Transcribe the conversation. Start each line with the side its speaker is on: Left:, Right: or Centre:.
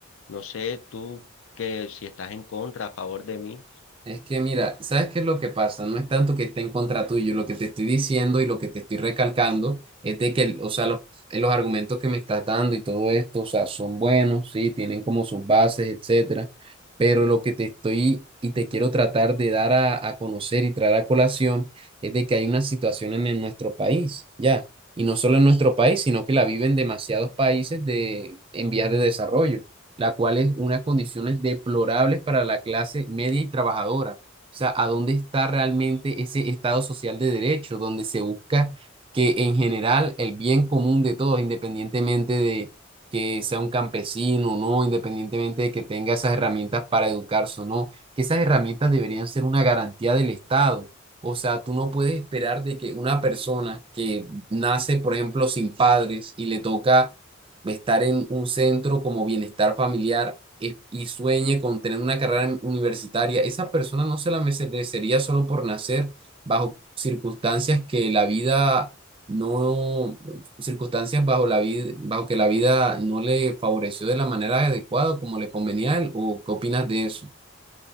Left: No sé tú que si estás en contra, a favor de mí.
Right: Es que mira, ¿sabes qué es lo que pasa? No es tanto que esté en contra tuyo, lo que te estoy diciendo y lo que te estoy recalcando es de que, o sea, los, eh, los argumentos que me estás dando y todo esto, o sea, son buenos, sí, tienen como sus bases, etcétera, pero lo que te estoy y te quiero tratar de dar a, a conocer y traer a colación es de que hay una situación en, en nuestro país, ya, y no solo en nuestro país, sino que la viven demasiados países de, en vías de desarrollo la cual es unas condiciones deplorables para la clase media y trabajadora. O sea, ¿a dónde está realmente ese Estado social de derecho, donde se busca que en general el bien común de todos, independientemente de que sea un campesino o no, independientemente de que tenga esas herramientas para educarse o no, que esas herramientas deberían ser una garantía del Estado? O sea, tú no puedes esperar de que una persona que nace, por ejemplo, sin padres y le toca de estar en un centro como bienestar familiar es- y sueñe con tener una carrera universitaria, esa persona no se la merecería solo por nacer bajo circunstancias que la vida no, circunstancias bajo la vida, bajo que la vida no le favoreció de la manera adecuada como le convenía a él, ¿o qué opinas de eso?